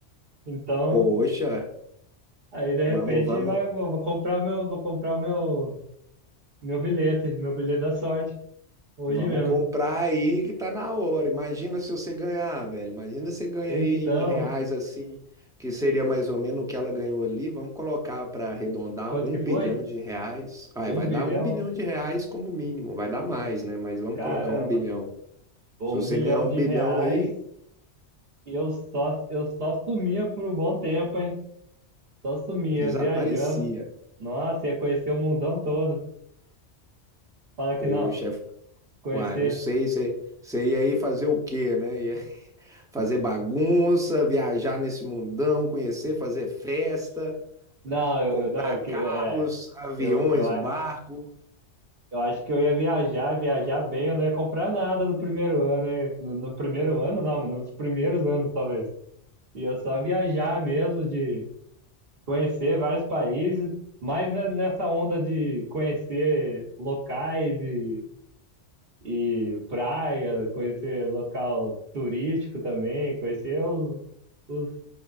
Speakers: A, on the right; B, in the centre.
A: Então,
B: Poxa,
A: aí de
B: vamos,
A: repente
B: vamos.
A: vai, vou, vou comprar o meu, vou comprar o meu, meu bilhete, meu bilhete da sorte, hoje
B: Vamos
A: mesmo.
B: comprar aí que tá na hora. Imagina se você ganhar, velho. Imagina se você ganha
A: Então,
B: aí em reais assim, que seria mais ou menos o que ela ganhou ali. Vamos colocar para arredondar
A: quanto
B: um
A: que foi?
B: bilhão de reais. Aí
A: Um
B: vai
A: bilhão?
B: dar um bilhão de reais como mínimo. Vai dar mais, né? Mas vamos
A: Caramba,
B: colocar um bilhão.
A: pô,
B: Se
A: um
B: você
A: bilhão
B: ganhar um
A: de
B: bilhão
A: reais
B: aí,
A: e eu só, eu só sumia por um bom tempo, hein? Só sumia,
B: desaparecia.
A: viajando. Nossa, ia conhecer o mundão todo. Fala que
B: Poxa,
A: não, conhecer.
B: uai, não sei. Você, você ia aí fazer o quê, né? Ia <laughs> fazer bagunça, viajar nesse mundão, conhecer, fazer festa.
A: Não, eu,
B: Comprar
A: eu- não, eu,
B: carros,
A: que- é.
B: aviões,
A: Eu, eu, a-
B: barco.
A: eu acho que eu ia viajar, viajar bem, eu não ia comprar nada no primeiro ano, hein? No, no primeiro ano, não, mas nos primeiros anos, talvez. Ia só viajar mesmo, de conhecer vários países, mas ne- nessa onda de conhecer locais e, e praia, conhecer local turístico também, conhecer os, os,